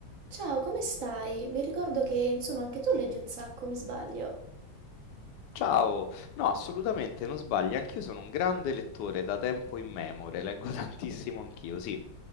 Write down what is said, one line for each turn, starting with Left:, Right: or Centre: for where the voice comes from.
Right: Ciao, come stai? Mi ricordo che, insomma, anche tu leggi un sacco, mi sbaglio.
Left: Ciao, no, assolutamente non sbagli, anch'io sono un grande lettore da tempo immemore, leggo <laughs> tantissimo anch'io, sì,